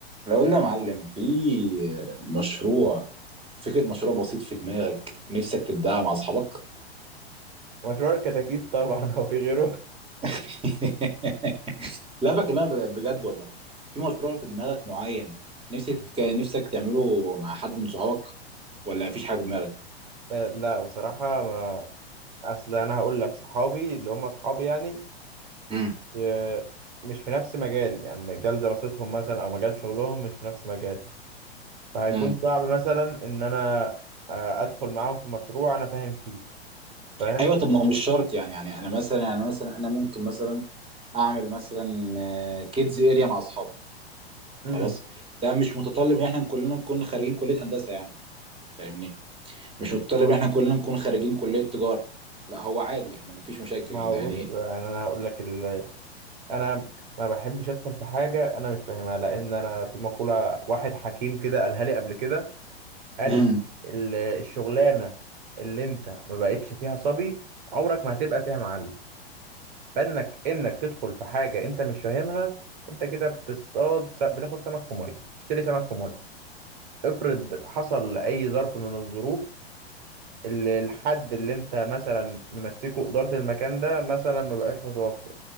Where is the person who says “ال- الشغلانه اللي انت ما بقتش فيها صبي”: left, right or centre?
Right